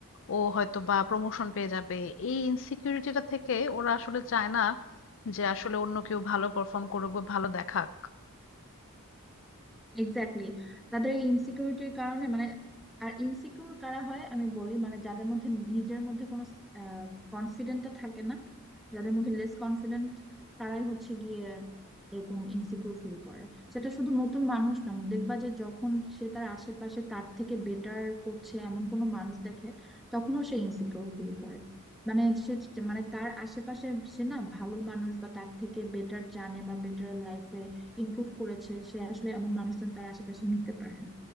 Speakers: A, on the left; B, in the centre.
A: ও হয়তো বা প্রমোশন পেয়ে যাবে এই ইনসিকিউরিটিটা থেকে ওরা আসলে চায় না যে আসলে অন্য কেউ ভালো পারফর্ম করুক বা ভালো দেখাক
B: এক্স্যাক্টলি তাদের এই ইনসিকিউরিটির কারণে মানে আর ইনসিকিউর কারা হয় আমি বলি মানে যাদের মধ্যে নিজের মধ্যে কোনো কনফিডেন্টটা থাকে না যাদের মধ্যে লেস কনফিডেন্ট তারাই হচ্ছে গিয়ে এরকম ইনসিকিউর ফিল করে সেটা শুধু নতুন মানুষ না দেখবা যে যখন সে তার আশেপাশে তার থেকে বেটার করছে এমন কোনো মানুষ দেখে তখনও সে ইনসিকিউর ফিল করে মানে সে মানে তার আশেপাশে সে না ভালো মানুষ বা তার থেকে বেটার জানে বা বেটার লাইফে ইমপ্রুভ করেছে সে আসলে এমন মানুষজন তার আশেপাশে নিতে পারে না